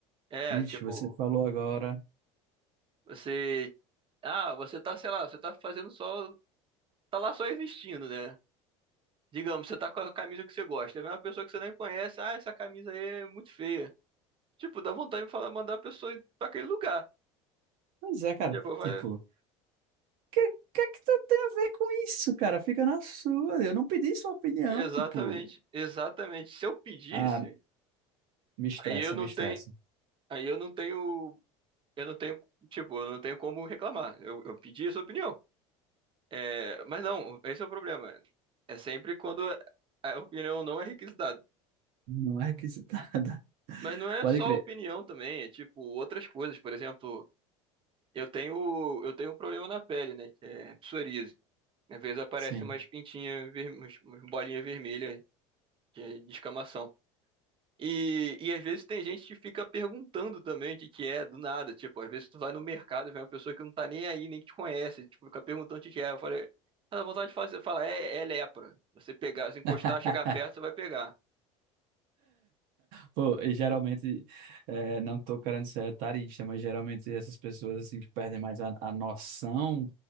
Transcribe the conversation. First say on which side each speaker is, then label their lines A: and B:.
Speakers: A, on the right; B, on the right.
A: é,
B: Vixe,
A: tipo,
B: você falou agora.
A: você. Ah, você tá, sei lá, você tá fazendo só. Tá lá só existindo, né? Digamos, você tá com a camisa que você gosta. Vem uma pessoa que você nem conhece, ah, essa camisa aí é muito feia. Tipo, dá vontade de falar, mandar a pessoa ir pra aquele lugar.
B: Pois é, cara.
A: Tipo, eu falei,
B: Tipo, que que é que tu tem a ver com isso, cara? Fica na sua. Eu não pedi sua opinião,
A: exatamente,
B: tipo.
A: exatamente. Se eu pedisse,
B: Ah, me estressa,
A: aí eu não
B: me estressa.
A: tenho. Aí eu não tenho Eu não tenho, tipo, eu não tenho como reclamar. Eu, eu pedi a sua opinião. É, mas não, esse é o problema. É sempre quando a opinião não é requisitada.
B: Não é requisitada.
A: Mas
B: <laughs>
A: não é
B: Pode
A: só
B: crer.
A: opinião também, é tipo outras coisas. Por exemplo, eu tenho, eu tenho um problema na pele, né? Que é psoríase. Às vezes aparece
B: Sim.
A: umas pintinhas, ver- umas umas bolinhas vermelhas de de escamação. E, e às vezes tem gente que fica perguntando também o que que é do nada. Tipo, às vezes tu vai no mercado e vê uma pessoa que não tá nem aí, nem que te conhece. Tipo, fica perguntando o que que é. Eu falei, ah, dá vontade de falar, você fala, é, é lepra. Você pegar, se encostar,
B: <laughs>
A: chegar perto, você vai pegar.
B: Pô, e geralmente, é, não tô querendo ser etarista, mas geralmente essas pessoas assim que perdem mais a, a noção